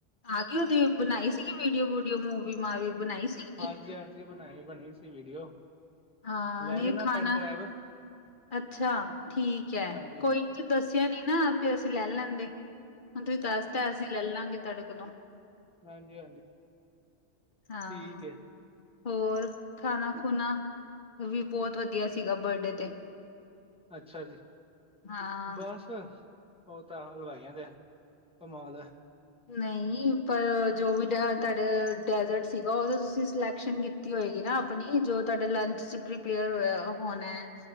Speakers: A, on the left (about 50°); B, in the centre.
A: ਆ ਗੀ ਉਹਦੀ ਬਣਾਈ ਸੀਗੀ ਵੀਡੀਓ-ਵੂਡੀਓ, ਮੂਵੀ-ਮਾਵੀ ਬਣਾਈ ਸੀਗੀ।
B: ਹਾਂਜੀ-ਹਾਂਜੀ ਬਣਾਈ ਬਣੀ ਸੀ ਵੀਡੀਓ
A: ਹਾਂ
B: ਲੈ
A: ਨਹੀਂ
B: ਜਾਣਾ
A: ਖਾਣਾ
B: ਪੈਨ ਡਰਾਈਵ
A: ਅੱਛਾ ਠੀਕ ਹੈ
B: ਹਾਂਜੀ
A: ਕੋਈ ਨ ਦੱਸਿਆ ਨੀ, ਨਾ ਫਿਰ ਅਸੀਂ ਲੈ ਲੈਂਦੇ ਹੁਣ ਤੁਸੀਂ ਦੱਸਦਾ। ਅਸੀਂ ਲੈ, ਲਾਂਗੇ ਤੁਹਾਡੇ ਕੋਲੋਂ
B: ਹਾਂਜੀ-ਹਾਂਜੀ
A: ਹਾਂ
B: ਠੀਕ ਹੈ
A: ਹੋਰ ਖਾਣਾ-ਖੂਣਾ ਵੀ ਬਹੁਤ ਵਧੀਆ ਸੀਗਾ ਬਰਡੇ ਤੇ
B: ਅੱਛਾ ਜੀ,
A: ਹਾਂ
B: ਬਸ ਉਹ ਤਾਂ, ਹਲਵਾਈਆਂ ਦੇ ਕਮਾਲ
A: ਨਹੀਂ ਪਰ ਜੋ, ਵੀ ਡ ਤੁਹਾਡੇ ਡੈਜ਼ਰਟ ਸੀਗਾ। ਉਹਦਾ ਤੁਸੀਂ ਸਿਲੈਕਸ਼ਨ ਹੋਏਗੀ ਨਾ ਆਪਣੀ ਜੋ ਤੁਹਾਡਾ ਲੰਚ ਚ, ਪ੍ਰੀਪੇਅਰ ਹੋਇਆ ਹੋਣਾ ਹੈ